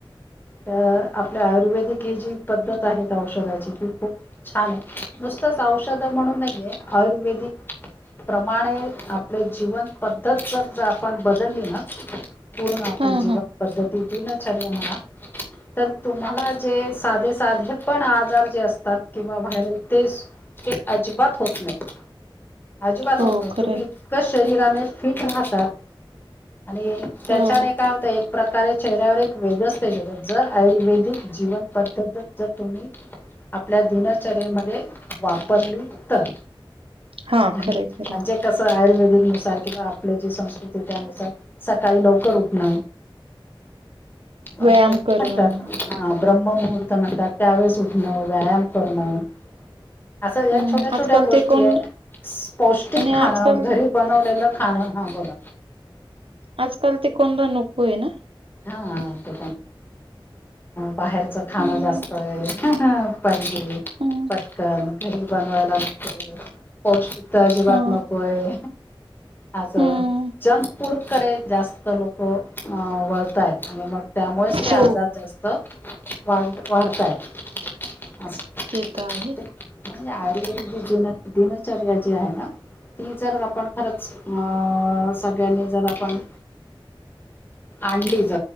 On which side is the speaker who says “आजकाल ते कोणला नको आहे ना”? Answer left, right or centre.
Right